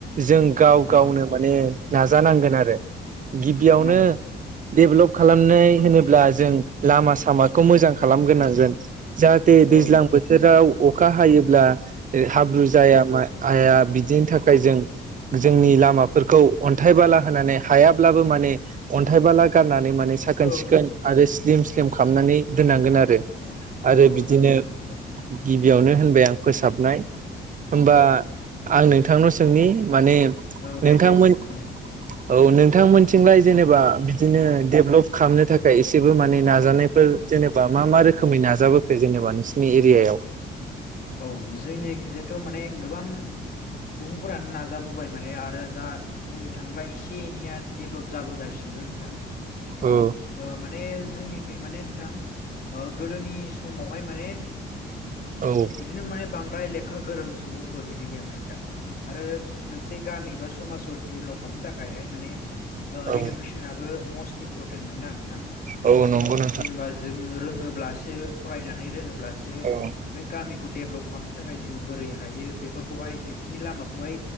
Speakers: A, on the right; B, on the left.
A: जों गाव गावनो
B: औ
A: माने नाजानांगोन आरो गिबियावनो
B: औ
A: डेभेलप खालामनाय होनोब्ला जों लामा सामाखौ मोजां खालामग्रोनांगोन जाहाथे दैज्लां
B: औ
A: बोथोराव अखा हायोब्ला हाब्रु जाया मा जाया बिदिनि थाखाय जों जोंनि लामाफोरखौ अन्थाइ बाला होनानै हायाब्लाबो माने अन्थाइ बाला गारनानै नानै माने साखोन
B: औ
A: सिखोन आरो स्लिम स्लिम खालामनानै दोननांगोन आरो
B: औ
A: आरो
B: औ
A: बिदिनो
B: नंगौ नंगौ
A: गिबियावनो होनबाय आं फोसाबनाय होमबा
B: औ
A: आं नोंथांनाव सोंनि माने
B: औ दे
A: नोंथांमोन
B: दे नोंथां सोंलाय
A: औ नोंथांमोनथिंलाय जेनेबा बिदिनो डेभेलप खालामनो थाखाय एसेबो माने नाजानायफोर जेनेबा मा मा रोखोमै नाजाबोखो जेनेबा नोंसिनि एरियायाव
B: औ जोंनिथिंजायथ' माने गोबां सुबुंफोरानो नाजाबोबाय माने आरो दा बुंनो थांला एसे एनैया डेभेलप जाबोगासिनो बो नोंथां
A: औ
B: ओ माने जोंनि खै माने नोंथां ओ गोदोनि समावहाय माने
A: औ
B: बिदिनो माने बांद्राय लेखा गोरों सुबुंफोर बिदि गैयामोन नोंथां आरो मोनसे गामि बा समाजाव डेभेलप खालामनो थाखायहाय माने
A: औ
B: इडुकेसनाबो मस्ट इम्परटेन्टमोन ना नोंथां
A: औ नंगौ
B: ओ
A: नोंथां
B: जेनेबा जों रोंङोब्लासो फरायनानै रोङोब्लासो
A: औ
B: गामिखौ डेभेलप खालामनो थाखाय जोंङो बोरै हायो बेफोरखौहाय बेफोरनि लामाखौहाय